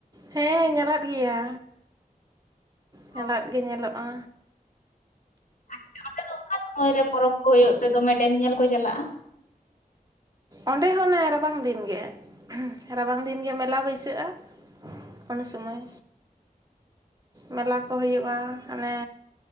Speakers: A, on the right (about 25°); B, on the left (about 60°).
A: ᱦᱮᱸ ᱧᱟᱞᱟᱫ ᱜᱮᱭᱟ ᱧᱟᱞᱟᱫ
B: ᱚ
A: ᱜᱮ ᱧᱮᱞᱚᱜᱼᱟ᱾
B: ᱟᱪᱪᱷᱟ ᱚᱸᱰᱮ ᱫᱚ ᱚᱠᱟ ᱥᱚᱢᱚᱭ ᱨᱮ ᱯᱚᱨᱚᱵᱽ ᱠᱚ ᱦᱳᱭᱳᱜ ᱛᱮ ᱫᱚᱢᱮ ᱰᱮᱢ ᱧᱮᱞ ᱠᱚ ᱪᱟᱞᱟᱜᱼᱟ?
A: ᱚᱸᱰᱮ ᱦᱚᱸ ᱚᱱᱮ ᱨᱟᱵᱟᱝ ᱫᱤᱱ ᱜᱮ᱾ ᱨᱟᱵᱟᱝ ᱫᱤᱱ ᱜᱮ ᱢᱮᱞᱟ ᱵᱟᱹᱭᱥᱟᱹᱜᱼᱟ ᱩᱱ ᱥᱚᱢᱚᱭ᱾ ᱢᱮᱞᱟ ᱠᱚ ᱦᱩᱭᱩᱜᱼᱟ ᱦᱟᱱᱮ,